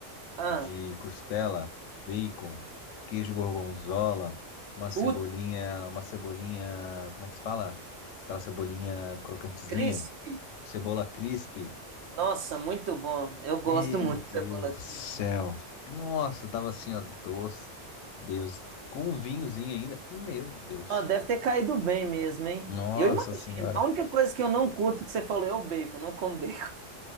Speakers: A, on the right; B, on the left.
A: Ah,
B: de costela, bacon, queijo gorgonzola, uma cebolinha.
A: puto,
B: Uma cebolinha. Como é que se fala? Aquela cebolinha crocantezinha.
A: crisp.
B: Cebola crisp.
A: Nossa, muito bom. Eu gosto
B: Meu
A: muito de
B: Deus
A: cebola crisp.
B: do céu. Nossa, tava assim, ó, doce. Deus, com um vinhozinho ainda. Meu Deus.
A: Ó, deve ter caído bem mesmo, hein?
B: Nossa
A: Eu imagino.
B: senhora.
A: A única coisa que eu não curto que você falou é o bacon. Eu não como bacon.